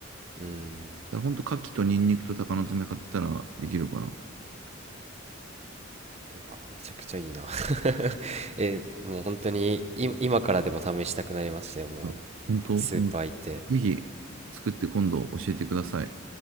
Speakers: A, on the right; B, on the right.
A: うん。
B: からほんと牡蠣とニンニクと鷹の爪買ったらできるかな。
A: あー、めちゃくちゃいいな。<laughs> え、もう本当に今、今からでも試したくなりましたよ、もう。
B: うん、本当、
A: スーパー行って。
B: もうぜひ作って今度教えてください。